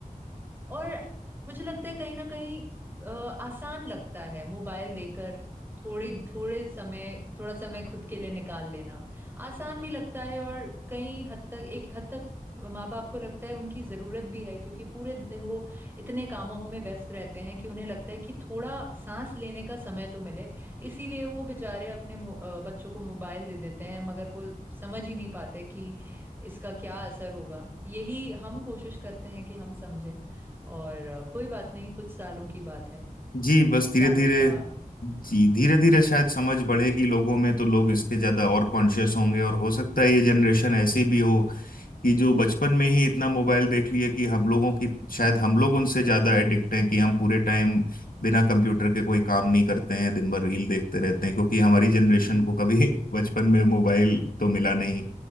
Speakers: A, on the right; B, on the left.
A: और मुझे लगता है कहीं ना कहीं अ, आसान लगता है मोबाइल देकर थोड़ी थोड़े समय थोड़ा समय खुद के लिए निकाल लेना आसान भी लगता है और कहीं हद तक एक हद तक माँ बाप को लगता है उनकी जरूरत भी है क्योंकि पूरे दिन वो इतने कामों में व्यस्त रहते हैं कि उन्हें लगता है कि थोड़ा सांस लेने का समय तो मिले इसीलिए वो बेचारे अपने मो- अ, बच्चों को मोबाइल दे देते हैं मगर वो समझ ही नहीं पाते कि इसका क्या असर होगा यही हम कोशिश करते हैं कि हम समझें और अ, कोई बात नहीं कुछ सालों की बात है
B: जी बस
A: कुछ सालों
B: धीरे धीरे
A: का
B: जी धीरे धीरे शायद समझ बढ़ेगी लोगों में तो लोग इसके ज्यादा और कॉन्शियस होंगे और हो सकता है ये जनरेशन ऐसी भी हो कि जो बचपन में ही इतना मोबाइल देख लिए कि हम लोगों की शायद हम लोग उनसे ज्यादा एडिक्ट हैं कि हम पूरे टाइम बिना कंप्यूटर के कोई काम नहीं करते हैं दिन भर रील देखते रहते हैं क्योंकि हमारी जनरेशन
A: <laughs>
B: को कभी <laughs> बचपन में मोबाइल तो मिला नहीं